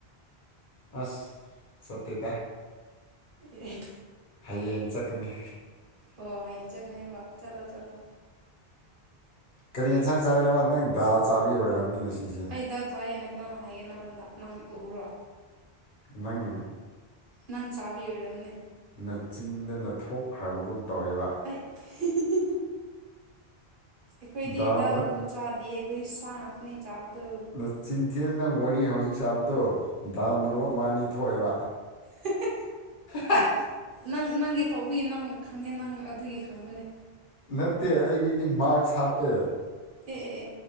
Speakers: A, on the left; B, on the right.
A: ꯑꯁ ꯁꯠꯗ
B: ꯑꯦ
A: ꯍꯌꯦꯡ ꯆꯠꯀꯅꯤ
B: ꯍ ꯑ ꯆꯒꯅꯤ ꯋꯥ ꯆꯂꯣ ꯆꯂꯣ
A: ꯀꯔꯤ ꯌꯦꯟꯁꯥꯡ ꯆꯥꯔꯛꯑꯦꯕ ꯅꯪ ꯗꯥ ꯆꯥꯕꯒꯤ ꯑꯣꯏꯔꯕꯅꯤ ꯉꯁꯤꯁꯦ
B: ꯑꯩ ꯍꯤꯗꯥꯛ ꯆꯥꯔꯤꯦꯅ ꯀꯩꯅꯪ ꯍꯥꯏꯒꯦ ꯅꯪꯉꯣꯟꯗ ꯅꯪ ꯎꯈꯨꯔꯣ
A: ꯅꯪ
B: ꯅꯪ ꯆꯥꯕ ꯑꯣꯏꯔꯝꯅꯤ
A: ꯅ ꯆꯤꯟꯗꯅ ꯊꯣꯛꯈ꯭ꯔꯕꯒꯨꯝ ꯇꯧꯔꯤꯕ
B: ꯍꯍꯍꯍ ꯑꯩꯈꯣꯏꯗꯤ
A: ꯗꯥꯜ
B: ꯗꯒꯨꯝꯕ
A: ꯃ
B: ꯆꯥꯗꯤꯌꯦ ꯑꯩꯈꯣꯏꯗꯤ ꯁꯥ ꯉꯥꯛꯇꯅꯦ ꯆꯥꯕꯗꯣ
A: ꯑꯗ ꯆꯤꯡꯊꯤꯅ ꯅꯪ ꯋꯥꯔꯤ ꯍꯧꯖꯤꯛ ꯆꯥꯕꯗꯣ ꯗꯥꯜ ꯃꯔꯨ ꯑꯃ ꯑꯅꯤ ꯊꯣꯛꯑꯦꯕ
B: ꯍꯍ
A: ꯍꯥꯍ
B: ꯅꯪ ꯅꯪꯒꯤ ꯊꯣꯛꯄꯒꯤ ꯅꯪ ꯈꯪꯉꯦ ꯅꯪ ꯑꯗꯨꯒꯤ ꯈꯪꯕꯅꯦ
A: ꯅꯠꯇꯦ ꯑꯩꯒꯤꯗꯤ ꯃꯥꯛꯁ ꯍꯥꯞꯄꯦ
B: ꯑꯦ ꯑꯦ ꯑꯦ